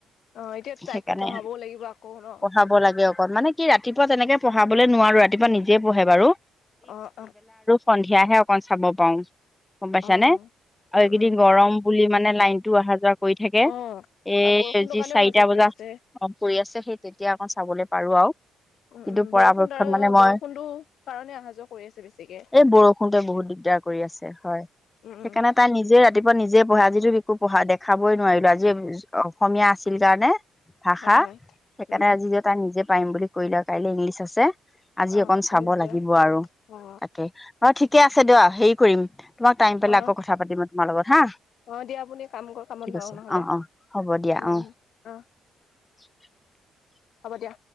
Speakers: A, on the left; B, on the left.
A: অ', এতিয়াতো তাইকতো
B: সেইকাৰণে
A: পঢ়াবও লাগিব আকৌ ন
B: পঢ়াব লাগে অকণ, মানে কি ৰাতিপুৱা তেনেকে পঢ়াবলে নোৱাৰো
A: অ', অ',
B: সন্ধিয়াহে অকণ চাব পাৰো, গম পাইছানে।
A: অ',
B: আৰু
A: উম,
B: এইকেইদিন
A: উম,
B: গৰম বুলি মানে লাইনতটো আহা যোৱা কৰি থাকে।
A: অ',
B: এ'
A: আৰু বৰষুণৰ
B: যি
A: কাৰণেও
B: চাৰিটা
A: অহা যোৱা কৰি
B: বজাত
A: আছে।
B: অপ কৰি আছে সেই তেতিয়া আকৌ চাবলৈ পাৰো আৰু।
A: উম
B: কিন্তু
A: উম
B: পৰাপক্ষত
A: বৰষুণ দ্বাৰা
B: মানে মই,
A: বৰষুণটো কাৰণে অহা যোৱা কৰি আছে বেছিকে।
B: এই বৰষুণতে বহুত দিগদাৰ পঢ়ি আছে, হয়,
A: উম উম
B: সেইকাৰণে তাৰ নিজে ৰাতিপুৱা নিজে পঢ়ে আজিটো একু পঢ়া দেখাবই নোৱাৰিলো আজি ভাষা,
A: হয় হয়
B: সেইকাৰণে
A: উম
B: আজি যে তাৰ নিজে পাৰিম বুলি কৰিলে, কাইলে ইংলিছ আছে আজি
A: অ
B: অকন চাব
A: নিশ্চয়
B: লাগিব আৰু
A: অ
B: তাকে, অ' ঠিকে আছে দিয়ক, হেৰি কৰিম তোমাক টাইম পালে
A: অ
B: আকৌ কথা পাতিম তোমাৰ লগত হা
A: অ' দিয়া আপুনি কাম কৰ, কামত
B: ঠিক
A: লক
B: আছে
A: নহলে,
B: অ অ হ'ব দিয়া
A: উম-উম,
B: অ
A: অ'।
B: <unintelligible>
A: হ'ব দিয়া।